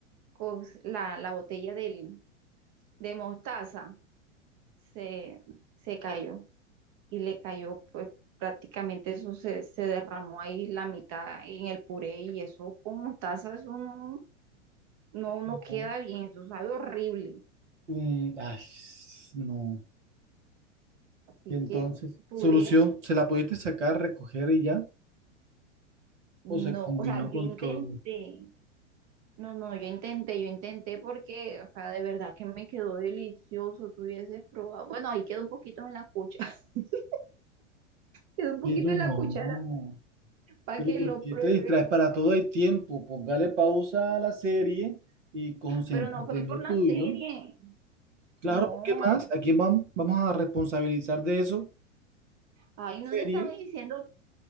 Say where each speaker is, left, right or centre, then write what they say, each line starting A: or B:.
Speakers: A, on the right (about 45°); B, on the right (about 70°).
A: cos- la, la botella del, de mostaza se, se cayó y le cayó, pues prácticamente eso se, se derramó ahí la mitad en el puré y eso con mostaza, eso no. no, no
B: No.
A: queda bien, eso sabe horrible.
B: Mm, ay, no.
A: Así
B: Y entonces,
A: que puré,
B: solución, ¿se la pudiste sacar, recoger y ya?
A: no,
B: ¿O se combinó
A: o sea, yo
B: con
A: intenté,
B: todo?
A: no, no, yo intenté, yo intenté porque, o sea, de verdad que me quedó delicioso, tú hubieses probado. Bueno, ahí quedó un poquito en la cuchara, <laughs> quedó un poquito
B: Pero
A: en
B: no.
A: la cuchara para
B: Pero
A: que
B: ¿por
A: lo
B: qué
A: pruebe,
B: te distraes? Para todo hay tiempo. Póngale pausa a la serie y concéntrate
A: pero no fue
B: en
A: por
B: lo
A: la
B: tuyo.
A: serie,
B: Claro,
A: no,
B: ¿qué más? ¿A quién vamos, vamos a responsabilizar de eso?
A: ahí
B: La
A: no
B: Serie,
A: te estaba diciendo